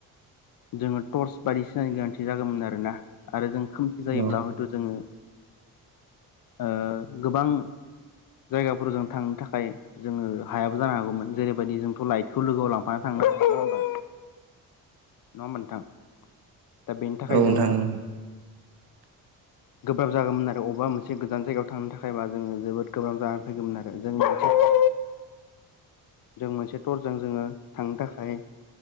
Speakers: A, on the left (about 50°); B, on the right (about 60°).
A: जोंङो टर्च बायदिसिनानि गोनांथि जागौमोन आरोना आरो जों खोमसि जायोब्ला
B: औ
A: हथ जोंङो ओ गोबां जायगाफोराव जों थांनो थाखाय जोंङो हायाबो जानो हागौमोन जेरैबायदि जोंथ' लाइटखौ लोगोआव लांफानानै थांनो हागौ नङा होमबा नोंथां दा बेनि थाखाय
B: औ नोंथां
A: जोंङो
B: <inaudible>
A: गोब्राब जागौमोन आरो अबेबा मोनसे गोजान जायगायाव थांनो थाखायबा जोंङो जोबोद गोब्राब जानानै फैगौमोन आरो जों मोनसे जों मोनसे टरजों जोंङो थांनो थाखाय